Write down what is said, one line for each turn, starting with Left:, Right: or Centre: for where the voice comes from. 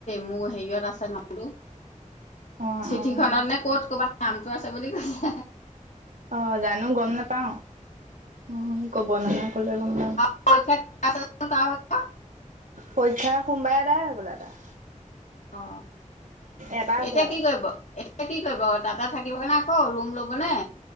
Left: মোৰ হেৰিয়ত আছে নামটো,
Right: অ',
Left: চিঠি
Right: অ',
Left: খনত নে ক'ত ক'ৰবাত নামটো আছে বুলি কৈছে।
Right: অ', জানো
Left: তেনেকে
Right: গম নাপাও, অ', ক'ব নহয় কলে গম পাম।
Left: <unintelligible> তাৰ ভাগৰ
Right: পৰীক্ষা সোমবাৰে এদাই হবলা তাৰ,
Left: অ
Right: এটা আছে
Left: এতিয়া
Right: আৰু।
Left: কি কৰিব এতিয়া কি কৰিব, তাতে থাকিবনে আকৌ ৰুম ল'বনে?